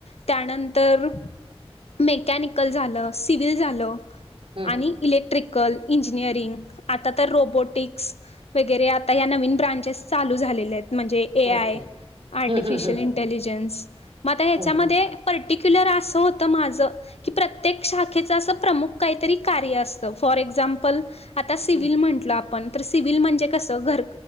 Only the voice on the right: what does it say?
हम्म.
ओके
हं हं हं
हं हं
हं